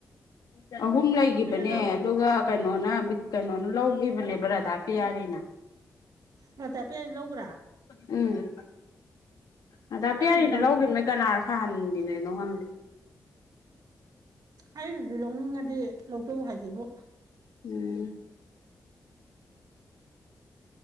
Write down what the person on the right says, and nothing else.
ꯑꯗꯨꯗꯣ
ꯔꯗꯥꯄꯤꯌꯥꯔꯤ ꯂꯧꯒ꯭ꯔꯦ
ꯑꯩꯗꯨꯁꯨ
ꯑꯩꯅꯗꯤ ꯂꯧꯅꯤꯡ ꯉꯗꯤ ꯂꯧꯖꯧ ꯍꯥꯏꯒꯦꯕꯨ